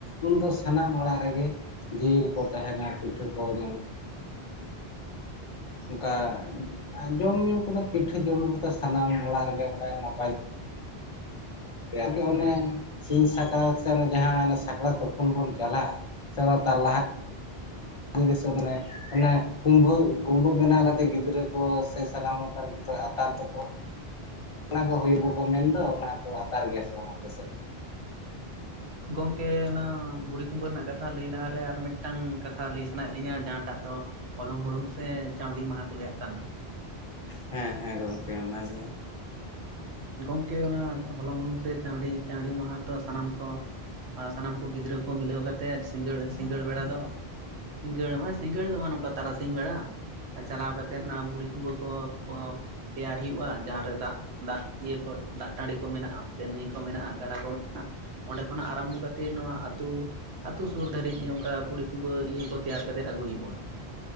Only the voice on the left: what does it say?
ᱩᱱᱫᱚ ᱥᱟᱱᱟᱢ ᱚᱲᱟᱜ ᱨᱮᱜᱮ ᱾ ᱡᱤᱞ ᱠᱚ ᱛᱟᱦᱮᱱᱟ ᱯᱤᱴᱷᱟᱹ ᱠᱚ ᱧᱟᱢᱚᱜᱼᱟ ᱚᱱᱠᱟ ᱡᱚᱢᱧ ᱧᱩ ᱠᱚᱫᱚ ᱯᱤᱴᱷᱟᱹ ᱡᱚᱢ ᱧᱩ ᱞᱮᱠᱟ ᱥᱟᱱᱟᱢ ᱚᱲᱟᱜ ᱨᱮᱜᱮ ᱚᱱᱠᱟ ᱱᱟᱯᱟᱭ ᱾ ᱟᱨ ᱚᱱᱮ ᱥᱤᱧ ᱥᱟᱠᱨᱟᱛ ᱥᱮ ᱚᱱᱮ ᱡᱟᱦᱟᱸ ᱚᱱ ᱥᱟᱠᱨᱟᱛ ᱛᱩᱯᱩᱱ ᱵᱚᱱ ᱪᱟᱞᱟᱜᱼᱟ ᱪᱟᱞ ᱛᱟᱞ <inaudible> ᱫᱤᱥᱟᱹ ᱢᱟᱱᱮ ᱚᱱᱮ ᱠᱩᱵᱟᱹ ᱠᱩᱸᱵᱟᱹ ᱵᱮᱱᱟᱣ ᱠᱟᱛᱮ ᱜᱤᱫᱽᱨᱟᱹ ᱠᱚ ᱥᱮ ᱥᱟᱱᱟᱢᱠ ᱜᱮ ᱾ ᱱᱛᱟᱞ ᱛᱠᱚ ᱚᱱᱟ ᱠᱚ ᱦᱩᱭᱩᱜ ᱵᱟᱠᱚ ᱢᱮᱱᱫᱚ ᱚᱱᱟ ᱠᱚ ᱟᱛᱟᱨ ᱜᱮᱭᱟ ᱥᱮ ᱵᱟᱝ ᱟᱯᱮ ᱥᱮᱫ <unintelligible>
ᱦᱮᱸ ᱦᱮᱸ ᱜᱚᱝᱠᱮᱟᱞᱟᱹᱭ ᱢᱮ